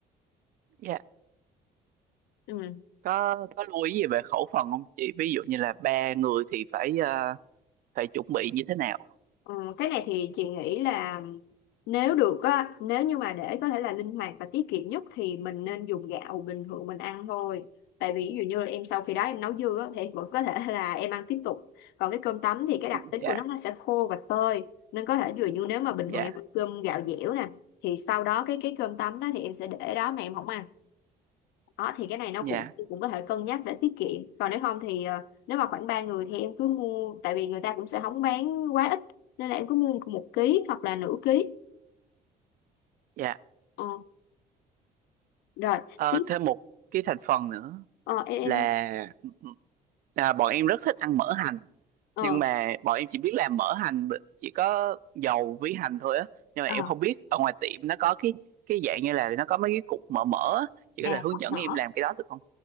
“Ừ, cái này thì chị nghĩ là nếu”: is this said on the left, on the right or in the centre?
Left